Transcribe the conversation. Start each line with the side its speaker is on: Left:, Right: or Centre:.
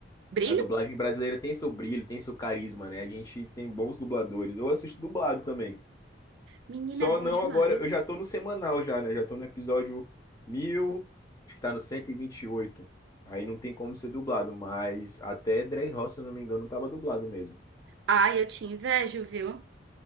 Right: Brilho?
Left: A dublagem brasileira tem seu brilho, tem seu carisma, né? A gente tem bons dubladores. Eu assisto dublado também.
Right: Menina
Left: Só
Right: é bom
Left: não
Right: demais.
Left: agora, eu já tô no semanal já, né? Já tô no episódio 1000, acho que tá no cento e e vinte e oito. Aí não tem como ser dublado, mas até Dres Roça, se não me engano, tava dublado mesmo.
Right: Ai, eu te invejo, viu?